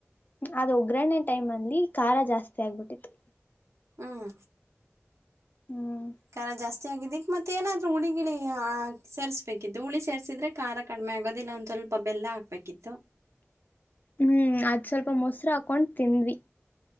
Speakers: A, on the left; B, on the right.
A: ಅದ್ ಒಗ್ಗರಣೆ ಟೈಮ್ ಅಲ್ಲಿ ಖಾರ ಜಾಸ್ತಿ ಆಗ್ಬಿಟ್ಟಿತ್ತು.
B: ಹ್ಮ್
A: ಹ್ಮ್
B: ಖಾರ ಜಾಸ್ ಜಾಸ್ತಿ ಆಗಿದ್ಕ ಮತ್ತೆ ಏನಾದ್ರರು ಹುಳಿ ಗಿಳಿ ಸೇರಿಸಬೇಕಿದ್ದು ಹುಳಿ ಸೇರ್ರಿಸಿದ್ರೆ ಖಾರ ಕಡಿಮೆ ಆಗೋದಿಲ್ಲ ಅಂತ. ಸ್ವಲ್ಪ ಬೆಲ್ಲ ಹಾಕ್ಬೇಕಿತ್ತು.
A: ಹ್ಮ್ ಅದ್ ಸ್ವಲ್ಪ ಮೊಸ್ರ್ ಹಾಕೊಂಡ್ ತಿಂದ್ವಿ.